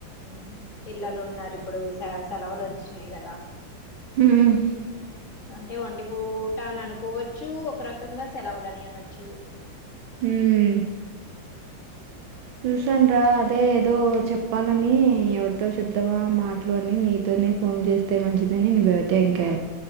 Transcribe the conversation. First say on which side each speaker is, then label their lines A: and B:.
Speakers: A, on the left (about 40°); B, on the right (about 85°).
A: హుమ్ పిల్లలు ఉన్నరు ఇప్పుడు స సెలవులు ఒచ్చినాయ్ కదా
B: హుమ్మ్
A: అంటె వంటి పూట అని అనుకోవచ్చు ఒక రకంగా సెలవులని అనొచ్చు
B: హుమ్మ్ చూసాను రా అదే ఏదో చెప్పాలని ఎవరితో చెప్దామా మాటలు అని నీతోనే ఫోన్ చేస్తే మంచిదని నువ్వు అయితే ఇంకా